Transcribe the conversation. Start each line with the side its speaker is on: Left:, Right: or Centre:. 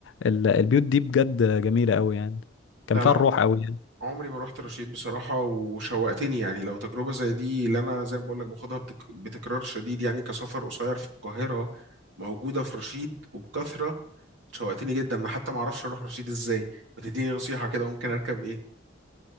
Left: ال- البيوت دي بجد جميلة قوي يعني كان
Right: لا
Left: فيها
Right: لا
Left: الروح قوي
Right: عمري ما رحت رشيد بصراحة وشوقتني يعني لو تجربة زي دي اللي أنا زي ما بقول لك باخدها بتك... بتكرار شديد يعني كسفر قصير في القاهرة موجودة في رشيد وبكثرة شوقتني جدا أنا حتى ما أعرفش أروح رشيد إزاي ما تديني نصيحة كده ممكن أركب إيه